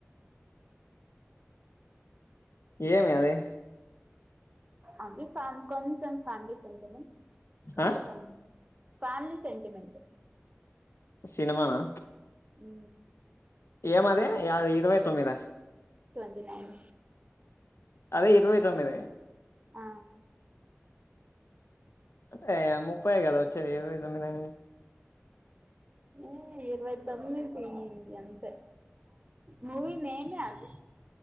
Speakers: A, on the left; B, on the right.
A: ఏమి అది
B: అంతే ఫ్యా కొంచెం ఫ్యామిలీ సెంటిమెంట్ కొంచెం
A: ఆ
B: ఫ్యామిలీ సెంటిమెంట్
A: సినిమానా
B: ఉ
A: ఏమ అదే ఇరవై తొమ్మీద
B: ట్వంటి నైన్
A: అదే ఇరవై తొమ్మిది
B: ఆ
A: అంటే ముప్పై కదా వచ్చేది ఇరవై తొమ్మిదాని
B: ఏ ఇరవై తొమ్మిది అంతే మూవీ నేమ్ అది